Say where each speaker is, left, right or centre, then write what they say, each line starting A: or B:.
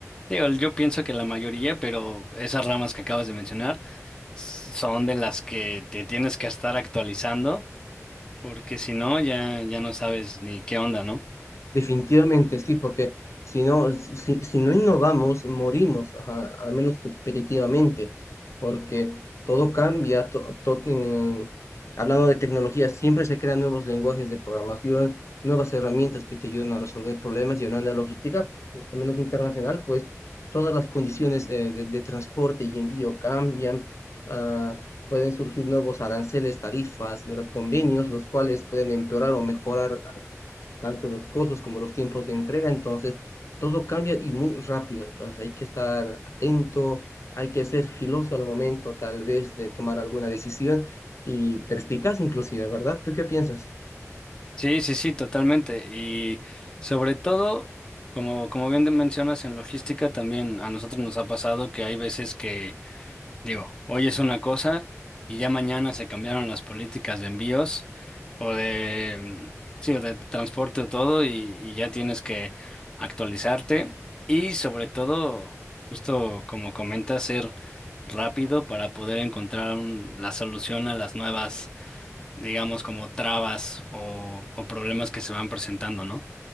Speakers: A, on the left (about 15°); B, on the left (about 60°).
A: Digo, yo pienso que la mayoría, pero esas ramas que acabas de mencionar s- son de las que te tienes que estar actualizando, porque si no, ya, ya no sabes ni qué onda, ¿no?
B: Definitivamente sí, porque si no, si, si no innovamos, morimos, ajá, al menos competitivamente, porque todo cambia. to- to- mm, hablando de tecnología, siempre se crean nuevos lenguajes de programación, nuevas herramientas que te ayudan a resolver problemas y hablando de logística, al menos internacional, pues todas las condiciones eh, de, de transporte y envío cambian. ah, pueden surgir nuevos aranceles, tarifas, ¿verdad? Convenios, los cuales pueden empeorar o mejorar tanto los costos como los tiempos de entrega, entonces todo cambia y muy rápido, entonces hay que estar atento, hay que ser filoso al momento tal vez de tomar alguna decisión y perspicaz inclusive, ¿verdad? ¿Tú qué piensas?
A: Sí, sí, sí, totalmente. Y sobre todo, como, como bien te mencionas en logística, también a nosotros nos ha pasado que hay veces que Digo, hoy es una cosa y ya mañana se cambiaron las políticas de envíos o de, mm, sí, o de transporte o todo y, y ya tienes que actualizarte y sobre todo, justo como comentas, ser rápido para poder encontrar un- la solución a las nuevas, digamos, como trabas o, o problemas que se van presentando, ¿no?